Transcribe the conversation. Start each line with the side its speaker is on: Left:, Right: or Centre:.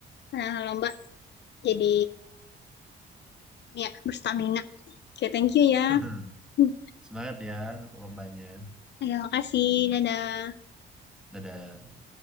Left: eh, lomba jadi ini ya berstamina oke thank you ya
Centre: <laughs>
Left: Hmm.
Centre: Semangat ya pemainnya.
Left: ya makasih dadah
Centre: Dadah.